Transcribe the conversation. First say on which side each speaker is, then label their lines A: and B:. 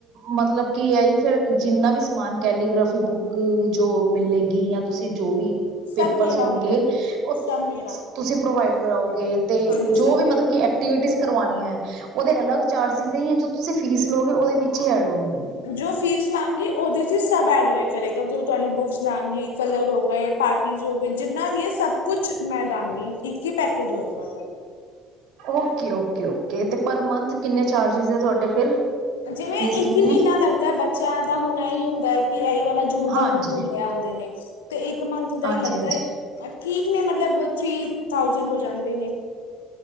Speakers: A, on the right; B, on the left.
A: ਮਤਲਬ ਕਿ ਆਈ ਫੇਿਰ ਜਿੰਨਾ ਵੀ ਸਮਾਨ ਕੈਲੀਗ੍ਰਾਫੀ ਬੁੱਕ ਜੋ ਮਿਲੇਗੀ ਜਾਂ ਤੁਸੀਂ ਜੋ ਵੀ ਪੇਪਰਸ
B: ਸਭ ਮੇਰਾ
A: ਹੋਣਗੇ
B: ਹੁੰਦਾ
A: ਉਹ
B: ਸਭ ਮੇਰਾ
A: ਤੁਸੀਂ ਪ੍ਰੋਵਾਈਡ ਕਰਓ ਗਏ ਤੇ
B: ਹਾਂਜੀ
A: ਜੋ
B: ਸਭ
A: ਵੀ
B: ਮੇਰਾ
A: ਮਤਲਬ ਕਿ ਐਕਟੀਵਿਟੀ ਕਰਵਾਾਨੀਆਂ ਹੈ ਉਹਦੇ ਅਲਗ ਚਾਰਜਿਸ ਹੈ ਜੋ ਤੁਸੀਂ ਫੀਸ ਲਓਗੇ ਉਹਦੇ ਵਿੱਚ ਹੀ ਐਡ ਹੋਗੇ
B: ਜੋ ਫੀਸ ਲਾਂ ਗਗੀ ਉਹਦੇ ਚ ਸਬ ਐ ਕਰੇਗਾ ਜ ਤੁਹਾਡੀ ਬੁੱਕਸ ਦਾਂਗੀ ਕਲਰ ਹੋ ਗਏ ਪਾਰਟੀ ਹੋ ਗਏ ਜਿੰਨਾ ਵੀ ਹੈ ਸਭ ਕੁਛ ਮੈਂ ਦਾਂਗੀ ਇੱਕ ਪੈਕੇਜ ਹੋਏਗਾ
A: ਓਕੇ ਓਕੇ ਓਕੇ ਤੇ ਪਰ ਮੰਥ ਕਿੰਨੇ ਚਾਰਜਿਸ ਹੈ ਤੁਹਾਡੇ ਫਿਰ
B: ਜਿਵੇਂ
A: ਫੀਸ
B: ਇੱਕ
A: ਕਿੰਨੀ
B: ਹੀ ਮਹੀਨਾ
A: ਹੈ?
B: ਲੱਗਦਾ ਬੱਚਿਆਂ ਦਾ ਹੁਣ ਹੀ ਹੁੰਦਾ ਹੈ ਕਿ ਵਾਲਾ ਜੂਨ ਦਾ
A: ਹਾਂਜੀ,
B: ਮੰਥ ਹੁੰਦਾ ਆਉਂਦੇ ਨੇ ਤੇ ਇੱਕ ਮੰਥ ਦਾ
A: ਹਾਂਜੀ,
B: ਹੀ ਲੱਗਦਾ
A: ਹਾਂਜੀ
B: ਠੀਕ ਨੇ ਮਤਲਬ ਥ੍ਰਰੀ ਥਾਊਜਡ ਹੋ ਜਾਂਦੇ ਨੇ